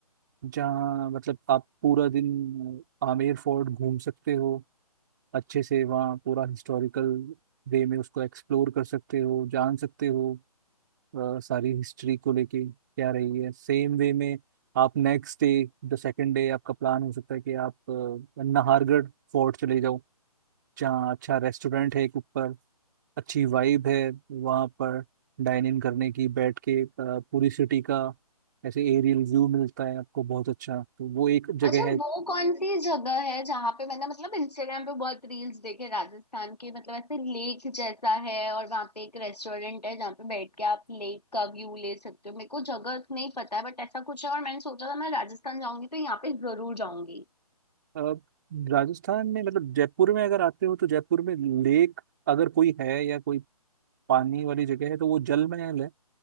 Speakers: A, on the right (about 30°); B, on the left (about 85°).
A: जहाँ मतलब आप पूरा दिन अ, आमेर फोर्ट घूम सकते हो अच्छे से वहाँ पूरा हिस्टोरिकल वे में उसको एक्सप्लोर कर सकते हो जान सकते हो अ, सारी हिस्ट्री को लेके क्या रही है सेम वे में आप next day the second day आपका प्लान हो सकता है कि आप अ, नाहरगढ़ फोर्ट चले जाओ जहाँ अच्छा रेस्टोरेंट है एक ऊपर अच्छी वाइब है वहाँ पर डाइन इन करने की बैठ के अ, पूरी सिटी का ऐसे एरियल व्यू मिलता है आपको बहुत अच्छा तो वो एक जगह
B: अच्छा
A: है
B: वो कौन सी जगह है जहाँ पे मैंने मतलब इंस्टाग्राम पे बहुत रील्स देखे राजस्थान के मतलब ऐसे लेक जैसा है और वहाँ पे एक रेस्टोरेंट है जहाँ पे बैठ के आप लेक का व्यू ले सकते हो मेरे को जगह नहीं पता है बट ऐसा कुछ है और मैंने सोचा था मैं राजस्थान जाऊंगी तो यहाँ पे जरूर जाऊंगी
A: अ, राजस्थान में मतलब जयपुर में अगर आते हो तो जयपुर में लेक अगर कोई है या कोई पानी वाली जगह है तो वो जल में है